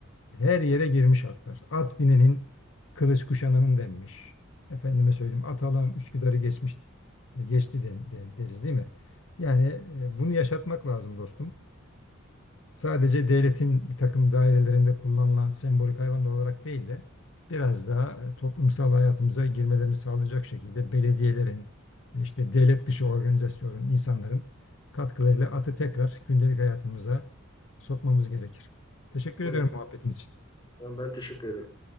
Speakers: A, on the left (about 65°); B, on the left (about 20°).
A: her yere girmiş atlar. At binenin kılıç kuşananın denmiş. Efendime söyleyeyim at alan Üsküdar'ı geçmiş geçti de- de- deriz değil mi? Yani e, bunu yaşatmak lazım dostum. sadece devletin bir takım dairelerinde kullanılan sembolik hayvanlar olarak değil de biraz daha e, toplumsal hayatımıza girmelerini sağlayacak şekilde belediyelerin, e, işte devlet dışı organizasyonların, insanların katkılarıyla atı tekrar gündelik hayatımıza sokmamız gerekir. Teşekkür
B: Evet.
A: ediyorum muhabbetin için.
B: Ben teşekkür ederim.